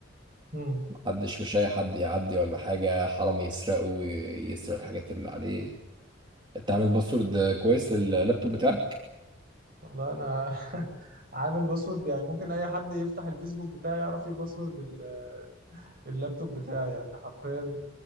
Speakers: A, on the right; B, on the right.
A: مم.
B: محدش مش اي حد يعدي ولا حاجة حرام يسرقه ي- يسرق الحاجات اللي عليه تعمل باسورد كويس لللابتوب بتاعك
A: والله انا <laughs> عامل باسورد يعني ممكن اي حد يفتح الفيسبوك بتاعي يعرف ايه باسورد ال- اللابتوب بتاعي يعني حرفيا